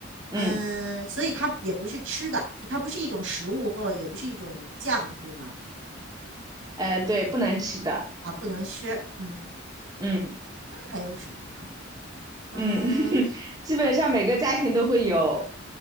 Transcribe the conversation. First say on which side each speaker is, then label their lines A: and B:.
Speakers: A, on the right (about 20°); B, on the right (about 75°).
A: 嗯，
B: 嗯，所以它也不是吃的，就它不是一种食物，或也不是一种酱，对吗？
A: 呃，对，不能吃的，
B: 啊，不能吃。嗯，
A: 嗯
B: 那还有什么呢？嗯，
A: 嗯，<laughs> 基本上每个家庭都会有，